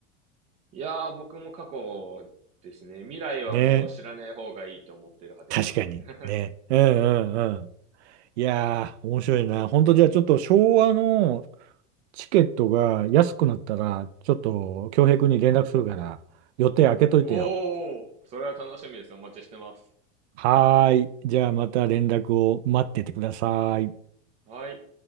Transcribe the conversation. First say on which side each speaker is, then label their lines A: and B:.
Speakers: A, on the right (about 20°); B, on the right (about 65°).
A: いやー、僕も過去ですね。未来はもう知らない方がいいと思ってる派ですね。
B: うね。確かに。
A: <laughs>
B: ね。うんうんうん。いやー、面白いな。本当じゃあちょっと昭和のチケットが安くなったら、ちょっと恭平君に連絡するから、予定開けといてよ。
A: おー、それは楽しみです。お待ちしてます。
B: はーい。じゃあまた連絡を待っててください。
A: はい。